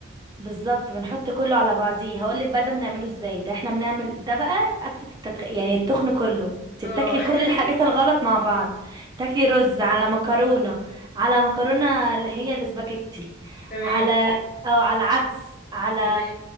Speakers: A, on the right; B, on the left.
A: بالظبط بنحط كله على بعضيه هقولك بقى ده بنعمله ازاي ده احنا بنعمل ده بقى اكلة التدخ... يعني التخن كله انت
B: اه
A: بتاكلي كل
B: <laughs>
A: الحاجات الغلط مع بعض بتاكلي رز على مكرونة على مكرونة اللي هي الاسباجيتي
B: تمام
A: على او على عدس على
B: تمام